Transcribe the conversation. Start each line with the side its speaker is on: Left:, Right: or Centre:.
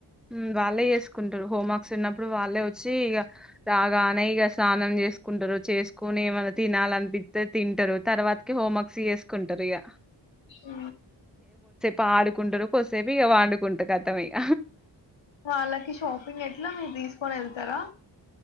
Centre: హ్ వాళ్ళే చేసుకుంటారు హోంవర్క్స్ ఉన్నప్పుడు వాళ్ళే వచ్చి ఇగ రాగానే ఇగ స్నానం చేసుకుంటారు చేసుకోని ఏమైన్నా తినాలనిపిస్తే తింటారు తర్వాతకి హోమ్వర్క్స్ చేసుకుంటారు ఇగ
Left: ఆ
Centre: పాడుకుంటారు కొద్దిసేపు ఇక పండుకుంటే కతం ఇగ
Left: వాళ్ళకి షాపింగ్ ఎట్లా మీరు తీసుకొని వెళ్తారా